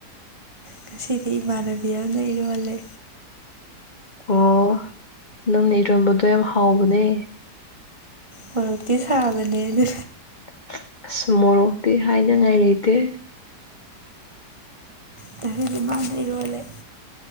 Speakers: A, on the right; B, on the left.
A: ꯉꯁꯤꯗꯤ ꯏꯃꯥꯟꯅꯕꯤ ꯑꯃꯅ ꯏꯔꯣꯜꯂꯦ꯫
B: ꯑꯣ ꯅꯪꯅ ꯏꯔꯣꯜꯕꯗꯣ ꯌꯥꯝꯅ ꯍꯥꯎꯕꯅꯦ꯫
A: ꯃꯣꯔꯣꯛꯇꯤ
B: <unintelligible>
A: ꯁꯥꯕꯅꯦ ꯑꯗꯨ
B: ꯎ ꯃꯣꯔꯣꯛꯇꯤ ꯍꯥꯏꯅꯉꯥꯏ ꯂꯩꯇꯦ꯫
A: ꯉꯁꯤꯗꯤ ꯃꯥꯅ ꯏꯔꯣꯜꯂꯦ꯫